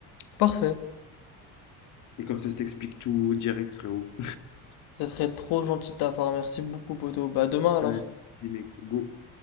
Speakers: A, on the left; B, on the left.
A: Parfait.
B: Et comme ça, je t'explique tout direct, frérot.
A: Ce serait trop gentil de ta part. Merci beaucoup, poteau. Bah, à demain
B: <laughs>
A: alors.
B: Pas de soucis, mec, go.